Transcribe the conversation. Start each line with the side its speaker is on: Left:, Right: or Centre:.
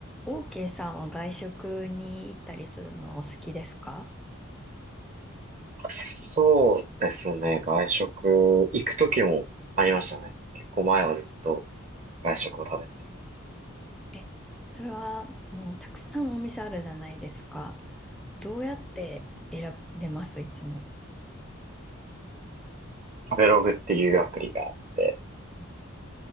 Centre: OK さんは外食に行ったりするのはお好きですか
Right: そうですね。外食、行く時もありましたね。結構前はずっと外食を食べてた。
Centre: え、それはもうたくさんお店あるじゃないですか。どうやって選んでますいつも。
Right: 食べログっていうアプリがあって、
Centre: うん